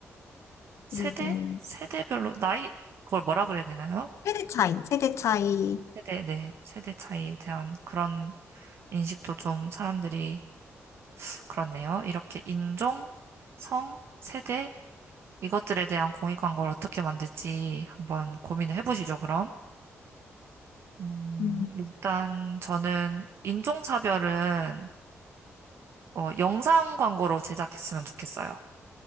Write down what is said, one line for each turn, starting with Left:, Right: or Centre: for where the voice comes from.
Right: 세대,
Left: 그리고,
Right: 세대별로 나이 그걸 뭐라 그래야 되나요?
Left: 세대 차이, 세대 차이.
Right: 세대, 네, 세대 차이에 대한 그런 인식도 좀 사람들이 그렇네요. 이렇게 인종, 성, 세대 이것들에 대한 공익 광고를 어떻게 만들지 한번 고민을 해보시죠, 그럼. 음,
Left: 음.
Right: 일단 저는 인종차별은 어, 영상 광고로 제작했으면 좋겠어요.